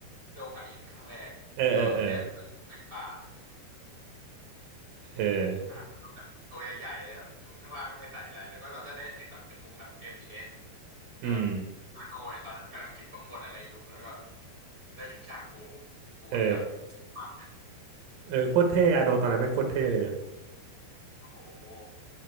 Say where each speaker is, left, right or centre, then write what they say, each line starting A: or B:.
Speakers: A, on the right (about 30°); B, on the right (about 70°).
A: โลกอดีตครั้งแรกแล้วก็แก้ผ้าไปในบาร์
B: เออเออเออเอ
A: อ่ะ
B: อ
A: ตัวใหญ่ๆเลยแบบข้างข้างล่างก็ไม่ใส่อะไรแล้วก็เราจะได้เห็นแบบเป็นมุมแบบ FPS แต่แบบ
B: อืม
A: อาโนเนี่ยตอนนั้นกำลังคิดประมวลอะไรอยู่แล้วก็ได้เห็นฉากบูบูที่แบบ
B: เออ
A: มากนะ
B: เออโคตรเท่อาโนตอนนั้นแม่งโคตรเท่เลยนะ
A: โอ้โห